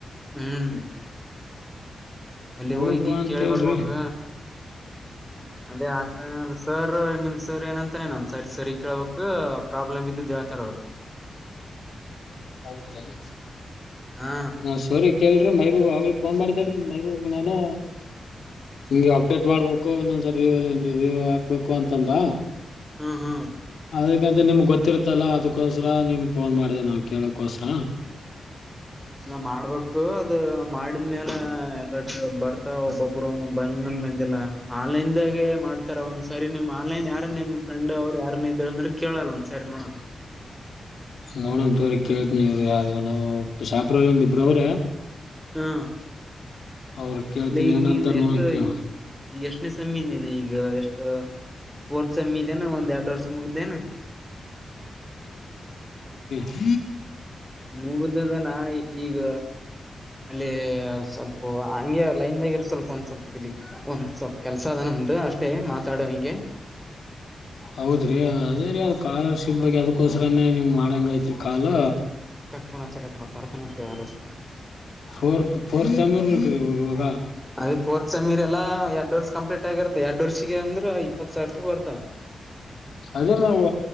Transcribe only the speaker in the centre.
ಹ್ಮ್ ಅಲ್ಲಿ
ಹೋಗಿ
ಕೇಳಿ ಬರ್ಬೇಕ ಅದೇ ಆ ಸರ್ ನಿಮ್ ಸರ್ ಏನಂತಾನೇನ ಒಂದ ಸರಿ ಸರಿ ಕೇಳ್ಬಕ್ ಪ್ರಾಬ್ಲಮ್ ಇದ್ದ್ದೇಳ್ತಡ ಅವ್ರರು
ಹಾ
ಹ್ಮ್ ಹ್ಮ್
ನಾ ಮಾಡ್ಬೇಕು ಅದು ಮಾಡಿದ್್ಮೇಲೆ ಎಲ್ಲ ಬರ್ತಾವ ಒಬ್ಬೊಬ್ರು ಬಂದನ್ ಬಂದಿಲ್ಲ ಆನ್ಲೈನ್ದಾಗೆ ಮಾಡ್ತಾರ ಒಂದಸ ಸರಿ ನಿಮ್ ಆನ್ಲೈನ್ ಯಾರ ನಿಮ್ ಫ್ರೆಂಡ್ ಅವ್ರು ಯಾರ ಇದ್ರ ಅಂದ್ರೆ ಕೇಳಲ್ಲ ಒಂದ್ ಸರಿ ನೋಡಮ್
ಹಾ
ಅಲ್ಲ ಈಗ
ನೀನು ಎಷ್ಟು
ಈ ಈಗ ಎಷ್ಟು ಪನ ಸಮ್ಮಿ ಇದೇನೆ ಈಗ ಎಷ್ಟು ರ್ ಸಮಮ್ಮಿ ಇದೇನ ಒಂದ್ ಎರಡು ವರ್ಷ ಮುಗ್ದೇನೆ
ಮೂಗರ್ದ್ದಲ್ಲ ಈಗ ಅಲ್ಲಿ ಸ್ವಲ್ಪ ಹಂಗೆ ಲೈನ್ದಾಗ ಇರು ಸ್ವಲ್ಪ ಒಂದ್ ಸ್ವಲ್ಪ ಕಿಲಿಕ್ ಒಂದ್ ಸ್ವಲ್ಪ ಕೆಲ್ಸ ಅದ ನಮ್ದು ಅಷ್ಟೇ ಮಾತಾಡುುವ ಹಿಂಗೆ
ಪನ ಚ ಕತನೋ ತರತನಂತಾಲ
ಅದೇ ಫೋರ್ತ್ ಸಮಮೀರ್ ಎಲ್ಲಾ ಎರಡ್ ವರ್ಷ ಕಂಪ್ಲೀಟ್ ಆಗಿರ್ತ್ತ ಎರಡ್ ವರ್ಷಗೆ ಅಂದ್ರ ಇಪ್ಪತ್ ಸಾವಿರ ರೂಪಿ ಬರ್ತವಾವ